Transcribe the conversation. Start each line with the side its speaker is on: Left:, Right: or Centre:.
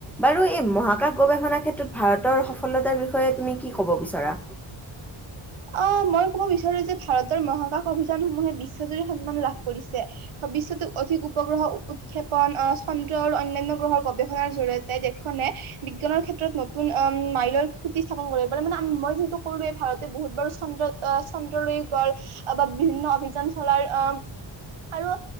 Centre: বাৰু এই মহাকাশ গৱেষণাৰ ক্ষেত্ৰত ভাৰতৰ সফলতাৰ বিষয়ে তুমি কি ক'ব বিচাৰা।
Right: অ মই ক'ব বিচাৰো যে ভাৰতৰ মহাকাশ অভিযানসমূহে বিশ্বজুৰি সন্মান লাভ কৰে। কৰিছে ভবিষ্যতে অধিক উপগ্ৰহ উৎক্ষেপন অ খন্দ্ৰ আৰু অনান্য গ্ৰহৰ গৱেষণাৰ জৰিয়তে দেশখনে বিজ্ঞানৰ ক্ষেত্ৰত নতুন অ মাইলৰ। প্ৰতি স্থাপন কৰিবাৰে মানে মই যিহেতো কৰোৱে ভাৰতে বহুত বাৰ। চন্দ্ৰ চন্দ্ৰ লৈয়ো গ'ল বা বিভিন্ন অভিযান চলাৰ অ আৰু